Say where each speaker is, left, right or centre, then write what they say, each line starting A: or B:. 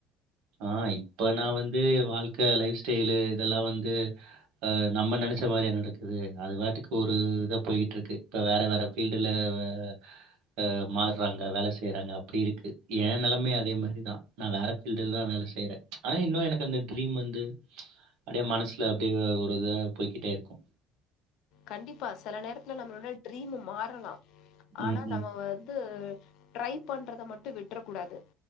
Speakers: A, on the right; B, on the left.
A: ஆ இப்ப நா வந்து வாழ்க்க லைஃப் ஸ்டைலு இதெல்லா வந்து அ நம்ம நெனைச்ச மாரி யா நடக்குது அது பாட்டுக்கு ஒரு இதா போய்ட்ருக்கு இப்போ வேற வேற பீல்டுல வ அ மாற்றாங்க வேல செய்யுறாங்க அப்டி இருக்கு ஏ நெலமயு அதே மாரிதா நா வேற ஃபீல்ட் லதா வேல செய்யறே ஆனா இன்னு எனக்கு அந்த ட்ரீம் வந்து அப்டியே மனசுல அப்டியே ஒ இதா போய்கிட்டே இருக்கு
B: கண்டிப்பா சில நேரத்துல நம்மளோட ட்ரீமு மாறலா ஆனா
A: ம், ம்,
B: நம்ம வந்து ட்ரை பண்றத மட்டு விட்டுறக்கூடாது